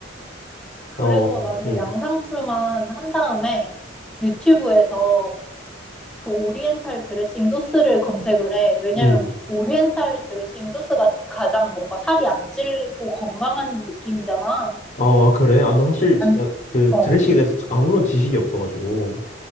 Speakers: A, in the centre; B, on the left (about 40°).
A: 그래서
B: 어,
A: 나는
B: 응,
A: 양상추만 한 다음에 유튜브에서 그 오리엔탈 드레싱 소스를 검색을 해. 왜냐면
B: 응.
A: 오리엔탈 드레싱 소스가 가장 뭔가 살이 안 찔고 건강한 느낌이잖아.
B: 아, 그래? 아, 나 사실 진짜
A: 안,
B: 그
A: 어.
B: 드레싱에 대해서 아무런 지식이 없어가지고.